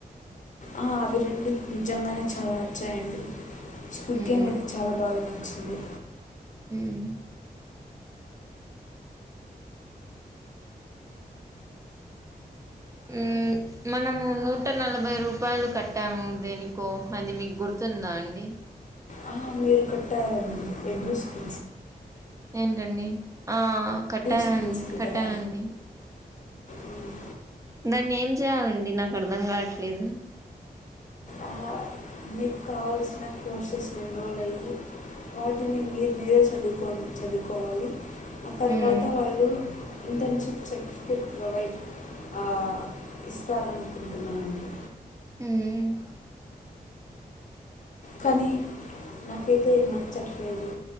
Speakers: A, on the left; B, on the right.
A: ఆ అవి రెండు నిజంగానే చాలా నచ్చాయండి స్క్విడ్
B: మ్మ్
A: గేమ్ అయితే చాలా బాగా నచ్చింది
B: మ్మ్ ఉ మనము నూట నలభై రూపాయలు కట్టాము దేనికో అది మీకు గుర్తు తుంద అండి
A: ఆ, మీరు కట్టారండి ఎడ్రెస్కి
B: ఏంటండి ఆ కట్టారం
A: స్కిల్స్కి
B: కట్టానండి
A: కదా ఉమ్.
B: దాన్ని ఏం చేయాలండి నాకు అర్ధం కావట్లేదు
A: ఆ, మీకు కావాల్సిన కోర్సెస్ని ఎన్రోల్ అయ్యి వాటిని మీరు మీరే చదువుకో చదువుకోవాలి ఆ తర్వాత
B: మ్మ్
A: వాళ్ళు ఇంటర్షిప్ సర్టిఫికెట్ ప్రొవైడ్ ఆ ఇస్తారనుకుంటున్నానండి
B: ఊ మ్
A: కానీ నాకైతే నచ్చట్లేదు